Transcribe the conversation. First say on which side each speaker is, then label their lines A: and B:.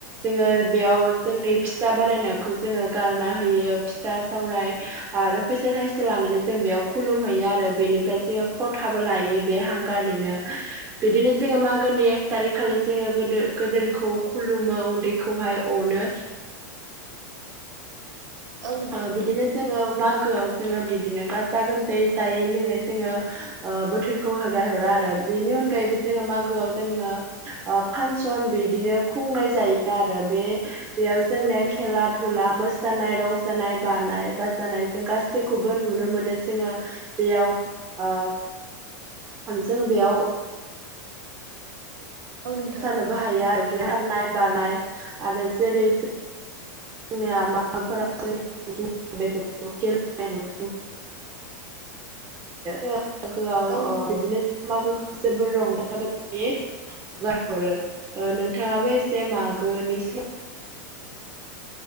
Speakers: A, on the right (about 20°); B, on the right (about 80°).
A: जोङो बेयाव जोंनि फिथा बानायनायखौ जोङो गारना होयो फिथा सावराय आरो फैसा थाइसे लानानै जों बेयाव खुलुम हैयो बेनिफ्राय जोङो फथाबो लायो बे हांगारनिनो बिदिनो जोङो मागोनि ए अटारिक खालि जोङो गोदो गोदोरखौ खुलुमो उन्दैखौहाय अनो
B: औ नंगौ
A: ओ
B: नोंथां
A: बिदिनो जोङो मागोआव जोङो बिदिनो गाजा गोमजायै जायै लोङै जोङो ओ बोथोरखौ होगार हरो आरो बेनि अनगायैबो जोङो मागोआव जोङो फांसन बिदिनो खुंनाय जायो आरो बे बेयाव जोंनि
B: औ नोंथां
A: खेला धुला मोसानाय रंजानाय बानाय बाजानाय जों गासैखौबो नुनो मोनो जोङो। बेयाव ओ सानैसो बेयाव
B: औ नोंथां
A: सानोबो हायो आरो सारनाय बारनाय आरो जेरै जोंनि माबाफोरा जों बेफोरखौेलेनाय ना मागोआव
B: औ
A: ओ बिदिनो मागोखौ जोबोर रंजागोन गारहरो नोंथाङाबो एसे मागोनि सो